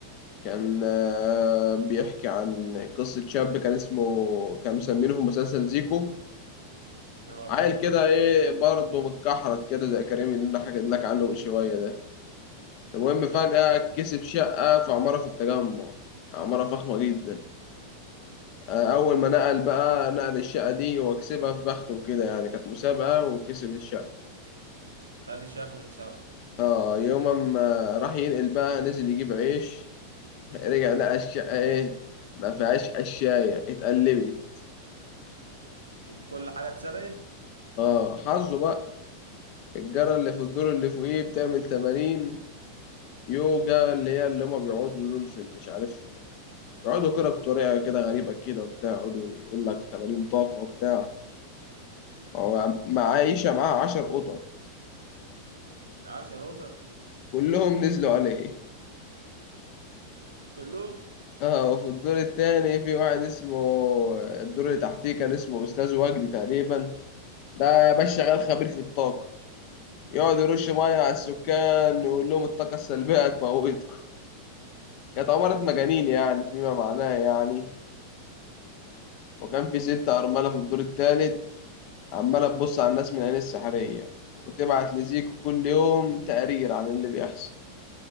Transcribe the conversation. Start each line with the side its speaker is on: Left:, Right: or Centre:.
Left: كان آه، بيحكي عن قصة شاب كان اسمه كان مسمينه في المسلسل زيكو
Right: اه
Left: عيل كده ايه برضه متكحرت كده زي كريم اللي انا حكيت لك عنه من شويه ده المهم
Right: اه
Left: فجأة كسب شقة في عمارة في التجمع عمارة فخمة جدا آه، أول ما نقل بقى نقل الشقة دي وكسبها في بخته وكده يعني كانت مسابقة وكسب الشقة
Right: خد الشاف المساواه
Left: اه يوم ما راح ينقل بقى نزل يجيب عيش <laughs> رجع لقى الشقة ايه ما فيهاش قشاية اتقلبت
Right: كل حاجه اتسرقت
Left: اه حظه بقى الجارة
Right: آه،
Left: اللي في الدور اللي فوقيه بتعمل تمارين يوجا اللي هي اللي هما بيقعدوا دول في مش عارف يقعدوا كده بطريقة كده غريبة كده وبتاع يقعدوا يقول لك تمارين طاقة وبتاع هو معايشة معاه عشر قطط
Right: عشر قطط
Left: كلهم نزلوا عليه
Right: كلهم
Left: <laughs> اه وفي الدور التاني في واحد اسمه الدور اللي تحتيه كان اسمه أستاذ وجدي تقريبا ده يا باشا شغال خبير في الطاقة يقعد يرش مية على السكان ويقول لهم الطاقة السلبية هتموتكم كانت عمارة مجانين يعني فيما معناه يعني وكان في ست أرملة في الدور التالت عمالة تبص على الناس من عين السحرية وتبعت لزيكو كل يوم تقرير عن اللي بيحصل